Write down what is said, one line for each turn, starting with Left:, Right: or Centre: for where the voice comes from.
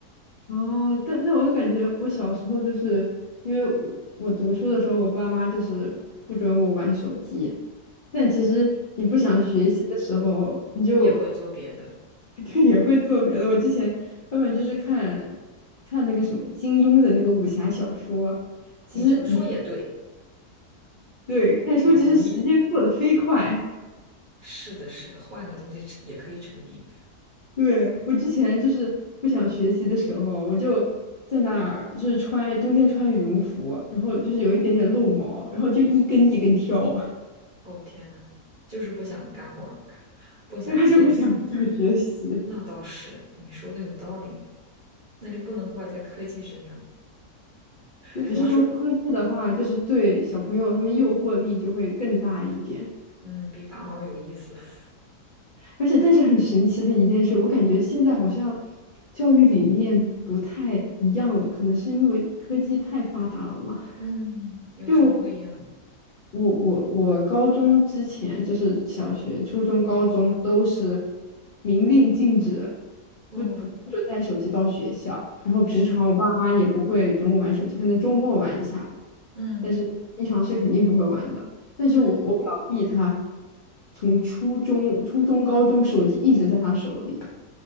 Left: 哦，但但我感觉我小时候就是因为我我读书的时候，我爸妈就是不准我玩手机，但其实你不想学习的时候，
Right: 嗯，
Left: 你就
Right: 你也会做别的。
Left: <laughs> 就也会做别的。我之前要不然就是看看那个什么金庸的那个武侠小说，其实一看，
Right: 你这么说也对，
Left: 对，看书其实时间过得飞快。
Right: 我同意。是的，是的，换个东西吃也可以沉迷。
Left: 对，我之前就是不想学习的时候，我就在那儿就是穿冬天穿羽绒服，然后就是有一点点露毛，然后就一根一根挑，
Right: 哦，天呐，就是不想干活儿
Left: <laughs>
Right: 不想学习。
Left: 因为他就不想不想学习。
Right: 那倒是，你说的有道理，那就不能怪在科技身上，
Left: 对，
Right: 主要是，
Left: 只是说科技的话，就是对小朋友他们诱惑力就会更大一点。
Right: 嗯，比拔毛有意思。<laughs>
Left: 而且，但是很神奇的一件事，我感觉现在好像教育理念不太一样了，可能是因为科技太发达了嘛。
Right: 嗯，有什么不一样？
Left: 就我我我高中之前就是小学、初中、高中都是明令禁止，
Right: 哦，
Left: 不不不准带手机到学校。然后平常我爸妈也不会准我玩手机，
Right: 是，
Left: 可能周末玩一下吧，
Right: 嗯
Left: 但是平常是肯定不会玩的。但是我我表弟他
Right: 嗯嗯，
Left: 从初中、初中、高中手机一直在他手里。